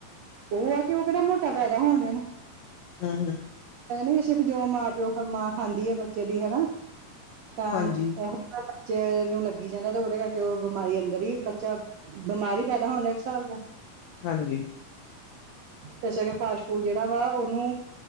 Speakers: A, on the right; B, on the left.
A: ਓ ਆ ਕਿ ਓ ਕੇੜਾ ਮੋਟਾ ਪੈਦਾ ਹੋਣ ਡਏ ਨੇ।
B: ਊੰ ਹੂੰ
A: ਓਨੂੰ ਵੀ ਸਿਰਫ਼ ਜੋ ਮਾਂ ਪਿਓ ਮਾਂ ਖਾਂਦੀ ਆ ਬੱਚੇ ਦੀ ਹਨਾ, ਤਾਂ
B: ਹਾਂਜੀ,
A: ਓਹੀ ਨੂੰ ਬੱਚੇ ਨੂੰ ਲੱਗੀ ਜਾਂਦਾ ਤੇ ਓਦੇ ਕਰਕੇ ਓ ਬਿਮਾਰੀ ਅੰਦਰ ਈ, ਬੱਚਾ ਬਿਮਾਰ ਈ ਪੈਦਾ ਹੋਣ ਡਿਆ ਇੱਕ ਸਾਬ ਦਾ।
B: ਹਾਂਜੀ
A: ਹੋ ਸਕਦਾ ਫਾਸਟ ਫੂਡ ਜੇੜਾ ਵਾ ਓਨੂੰ